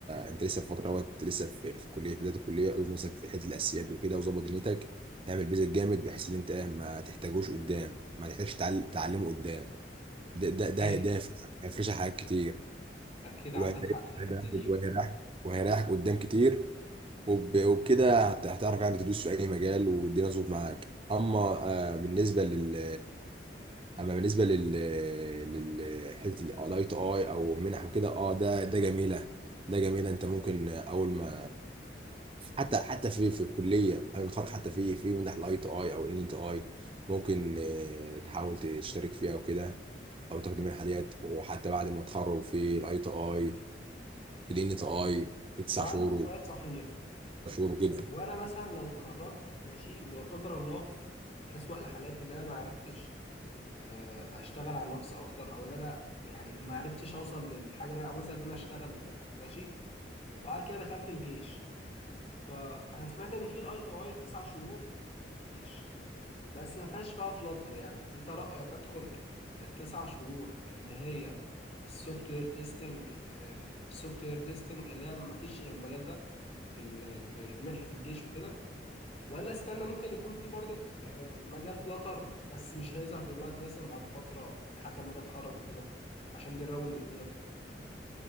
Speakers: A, on the right; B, on the left.
A: انت لسه في فتره وقت لسه في في الكليه في بدايه الكليه اظبط نفسك في حته الاسياد وكده وظبط دنيتك اعمل بيزك جامد بحيث ان انت إيه، ما تحتاجوش قدام ما تحتاجش تعل- تعلمه قدام ده ده ده
B: اكيد
A: ده هيف- هيفرشك حاجات كتير
B: اكيد عندك
A: وهيريحك
B: حق في الحتة دي
A: وهيريحك وهيريحك قدام كتير وب- وبكده هت- هتعرف يعني تدوس في اي مجال والدنيا تظبط معاك اما آه، بالنسبه لل اما بالنسبه لل لل حته الاي تو اي او منح وكده اه ده ده جميله ده جميله انت ممكن اول ما حتى حتى في في الكليه انا بتخرج حتى في في منح الاي تو اي او الان تو اي ممكن آه، تحاول تشترك فيها وكده او تاخد منحه ديت وحتى بعد ما تخرج في الاي تو اي الان تو اي في تسع
B: وعندي
A: شهور
B: سؤال صحيح
A: شهور وكده
B: هو انا مثلا لو اتخرجت ماشي ولا قدر الله في اسوأ الحالات ان انا ما عرفتش آه، اشتغل على نفسي اكتر او ان انا يعني ما عرفتش اوصل للحاجة اللي انا عاوزها ان انا اشتغل وكده ماشي وبعد كده دخلت الجيش فانا سمعت ان في الاي تي اي تسع شهور في الجيش بس ما فيهاش بقى فلاتر يعني انت رايك ادخل التسع شهور اللي هي السوفت وير تيستنج السوفت وير تيستنج اللي هي ما فيش غير المجال ده في ال- في منحه الجيش وكده ولا استنى ممكن يكون في برضو آه، مجال فلاتر بس مش هيظهر دلوقتي مثلا بعد فتره لحد ما اجي اتخرج وكده عشان دي الراوند الاولى